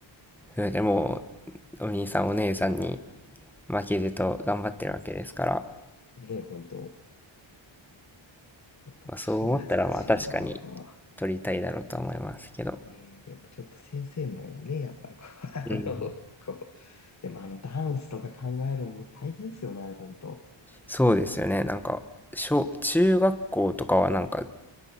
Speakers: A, in the centre; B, on the left (about 35°).
A: それでもうお兄さんお姉さんに負けじと頑張ってるわけですから、
B: ねえ、本当。ね僕、
A: まあ、そう思ったら、
B: そんな懐かしいな
A: まあ、確かに撮りたいだろうとは思いますけど。
B: ぁねえ、でもちょっと先生もね、やっぱりこう、<laughs>
A: うん。
B: あの、こう、でもあのダンスとか考えるのも大変ですよね、あれ本当。
A: そうですよね。なんか、小中学校とかはなんか、